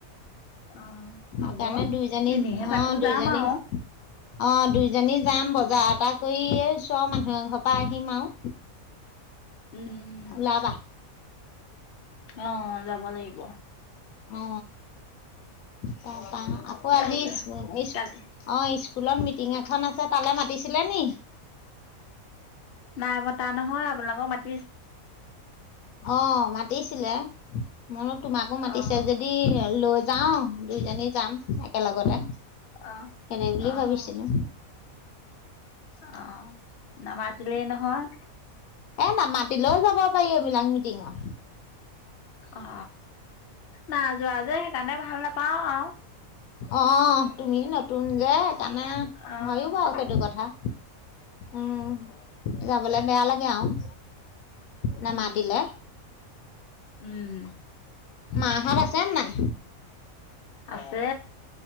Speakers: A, on the left; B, on the left.
A: অ',
B: সেকাৰণে
A: হ'ব
B: দুইজনী
A: এনেহে থাকো
B: অ দুইজনী
A: যাম আৰু
B: অ দুইজনী যাম বজাৰ
A: উম,
B: এটা কৰিয়ে এ ওচৰ মানুহ এঘৰৰ পাৰ আহিম আৰু
A: উম,
B: ওলাবা
A: অ যাব লাগিব
B: অ তাপা আকৌ
A: তাকে
B: আজি ইচ ইচ
A: কালি
B: অ ইচ স্কুলত মিটিং এখন আছে তালে মাতিছিলে নি
A: নাই মতা নহয় আপোনালোকক মাতিছে
B: অ মাতিছিলে মই তোমাকো
A: অ',
B: মাতিছে যদি লৈ যাও দুইজনী যাম একেলগতে।
A: অ',
B: সেদে বুলি
A: অ',
B: ভাবিছিলো।
A: অ নামাতিলেই নহয়।
B: এ নামাতিলৈও যাব পাৰি এইবিলাক মিটিংত।
A: অ না যোৱা যে সেইকাৰণে ভাল নাপাও আৰু
B: অ তুমি নতুন যে সেইকাৰণে
A: অ'
B: হয়য়ো বাৰু সেইটো কথা। উম যাবলে
A: এনে
B: বেয়া লাগে আও। নামাতিলে।
A: উম, উম।
B: মা হত আছে নাই।
A: আছে।